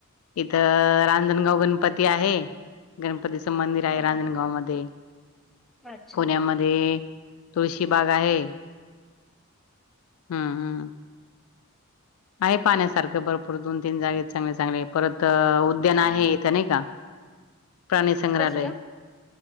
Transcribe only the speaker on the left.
इथ रांजणगाव गणपती आहे गणपती.. <unintelligible> मंदिर
आहे रांजणगाव
मध्ये
पुण्यामध्ये? तुळशी बाग आहे हम्म हम्म आहे पाण्यासारखं भरपूर दोन तीन जागेत चांगले चांगले परत उद्यान आहे इथं नाही का प्राणी संग्रहालय